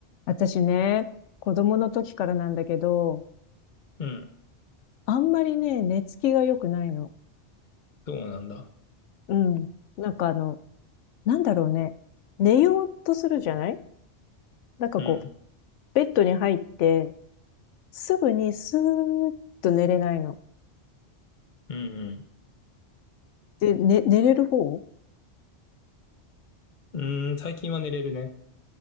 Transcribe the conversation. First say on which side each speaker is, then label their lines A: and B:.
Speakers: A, on the left; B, on the left.
A: 私ね、子供の時からなんだけど、
B: うん。
A: あんまりね、寝つきが良くないの。
B: そうなんだ。
A: うん。なんかあの、なんだろうね。寝ようとするじゃないなんかこう、
B: うん。
A: ベッドに入って、すぐにスーッと寝れないの。
B: うん
A: で、ね、寝れる方
B: うん。うーん、最近は寝れるね。